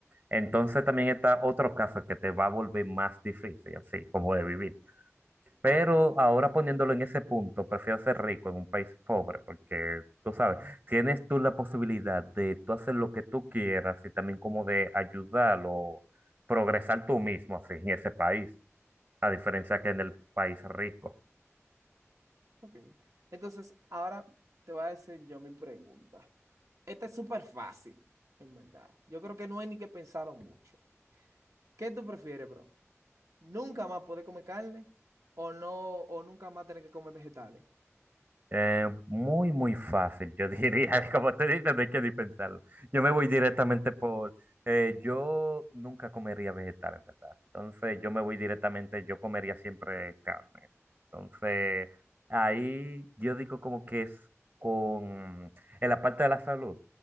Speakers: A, on the right; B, on the right.
A: Entonces también está otro caso que te va a volver más difícil, así como de vivir. Pero
B: Ok,
A: ahora poniéndolo en ese punto, prefiero ser rico en un país pobre, porque tú sabes, tienes tú la posibilidad de tú hacer lo que tú quieras y también como de ayudar o progresar tú mismo así en ese país, a diferencia que en el país rico.
B: ok. Entonces, ahora te voy a decir yo mi pregunta. Esta es súper fácil, en verdad. Yo creo que no hay ni que pensarlo mucho. ¿Qué tú prefieres, bro? nunca más poder comer carne o no, o nunca más tener que comer vegetales.
A: Eh, muy, muy fácil, yo diría, <laughs> como te dices, no hay que ni pensarlo. Yo me voy directamente por, eh, yo nunca comería vegetal, en verdad. Entonces, yo me voy directamente, yo comería siempre carne. Entonces, ahí yo digo como que es con, en la parte de la salud,